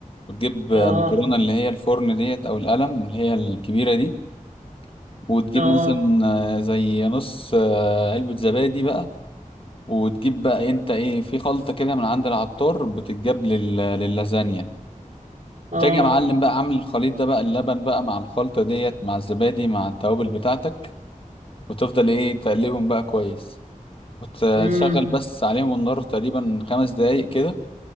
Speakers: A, on the left; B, on the right.
A: وتجيب مكرونة
B: اه
A: اللي هي الفرن ديت أو القلم اللي هي الكبيرة دي وتجيب
B: اه
A: مثلا آه، زي نص آه، علبة زبادي بقى وتجيب بقى انت ايه في خلطة كده من عند العطار بتتجاب لل... لللازانيا بتيجي
B: اه
A: يا معلم بقى عامل الخليط ده بقى اللبن بقى مع الخلطة ديت مع الزبادي مع التوابل بتاعتك وتفضل ايه تقلبهم بقى كويس وتشغل
B: امم
A: بس عليهم النار تقريبا خمس دقايق كده